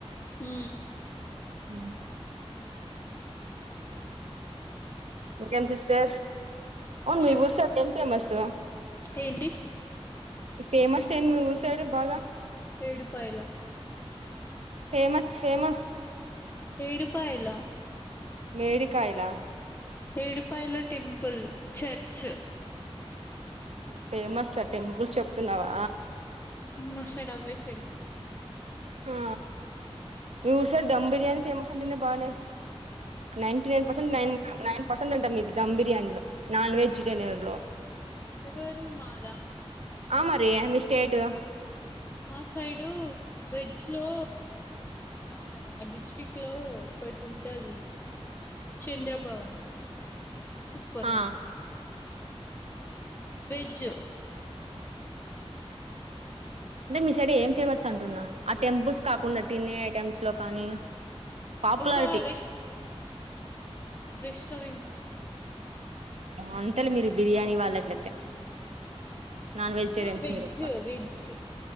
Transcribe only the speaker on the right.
అ కమ్ సిస్టర్ అవున్
మీఊర్ సార్ ఏం ఫేమస్
ఫేమస్ ఏం మీ ఊరు సైడ్ బాగా
ఫేమస్ ఫేమస్
మేడి కాయలా
ఫేమస్ టెంపుల్స్ చెప్తున్నావా
ఆ మీ ఉషారి దమ్ బిర్యానీ ఫేమస్ అంటన్న బానే నైన్టీ నైన్ పర్సెంట్
నైన్ నైన్ పర్సెంట్ ఉంటా మీ దమ్ బిర్యానీలో నాన్ వెజ్ బిర్యానీలో
ఆమ ర మిస్టేయిట్
ఆ
అంటే మీ సైడ ఏం ఫేమస్ అంటున్నా ఆ టెంపుల్స్ కాకుండా టిన్ని ఐటెమ్స్ లో కానీ పాపులారిటీ
అంతేలే మీరు బిర్యానీ వాళ్ళట్లయితే నాన్ వెజిటేరియన్స్
మీరు